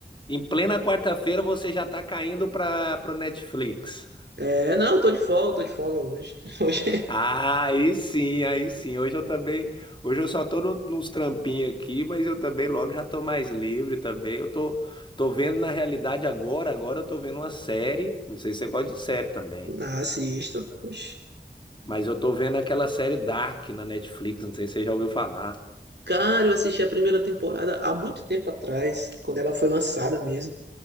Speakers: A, on the left; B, on the right.
A: em plena quarta-feira você já tá caindo para pro Netflix.
B: É, não, tô de folga, tô de folga hoje. <laughs> Hoje.
A: Ah, aí sim, aí sim. Hoje eu também, hoje eu só tô no- nos trampinhos aqui, mas eu também logo já tô mais livre também. Eu tô tô vendo na realidade agora, agora eu tô vendo uma série, não sei se você gosta de série também,
B: Ah, assisto. Oxi.
A: mas eu tô vendo aquela série Dark na Netflix, não sei se você já ouviu falar.
B: Cara, eu assisti a primeira temporada há muito tempo atrás, quando ela foi lançada mesmo.